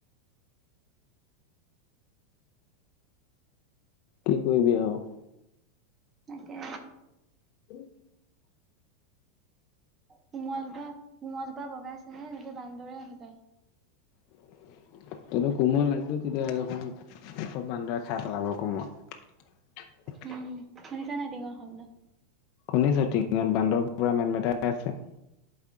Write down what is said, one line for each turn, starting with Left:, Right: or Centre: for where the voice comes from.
Left: কি কৰিবি আৰু।
Right: তাকে।
Left: <inaudible>
Right: সোমোৱা জোতা, সোমোৱা জোতা বগাইছেহে এতিয়া বান্দৰে আহি পায়।
Left: <unintelligible> <inaudible> তহঁতৰ কোমৰা <unintelligible> তেতিয়া দেখোন চব বান্দৰে খাই পেলাব কোমোৰা। <unintelligible> <inaudible>
Right: উম, সেইকাৰণে টিঙৰ শব্দ।
Left: শুনিছো টিঙত বান্দৰে পুৰা মেটমেটাই আছে।